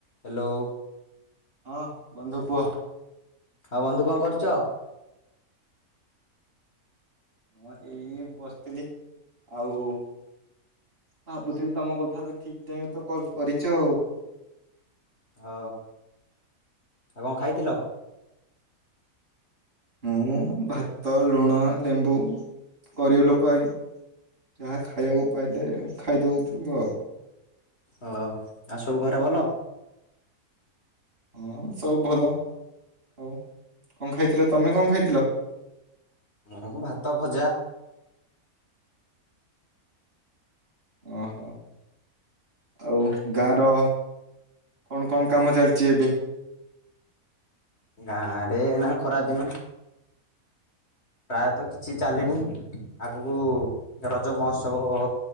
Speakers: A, on the left; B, on the right.
A: Hello
B: ହଁ ବନ୍ଧୁ କୁହ
A: ଆଉ ବନ୍ଧୁ କଣ କରୁଛ
B: ହଁ ଏଇ ବସିଥିଲି ଆଉ ଭାବୁଥିଲି ତମ କଥା ତ ଠିକ ଟାଇମ ତ କଲ୍ କରିଛ
A: ହଉ ଆଉ କଣ ଖାଇଥିଲ
B: ମୁଁ ଭାତ ଲୁଣ ଲେମ୍ବୁ ଗରିବ ଲୋକ ଆଜ୍ଞା ଯାହା ଖାଇବାକୁ ପାଇଲେ ଖାଇଦଉଛୁ ଆଉ
A: ହଉ ଆଉ ସବୁ ଘରେ ଭଲ
B: ହଁ ସବୁ ଭଲ ହଉ କଣ ଖାଇଥିଲ ତମେ କଣ ଖାଇଥିଲ
A: ମୁଁ ଭାତ ଭଜା
B: ଓହୋ ଆଉ ଗାଁର କଣ କଣ କାମ ଚାଲିଛି ଏବେ
A: ଗାଁରେ ଏଇନା ଖରାଦିନ। ପ୍ରାୟତଃ କିଛି ଚାଲିନି। ଆଗକୁ ରଜ ମହୋତ୍ସବ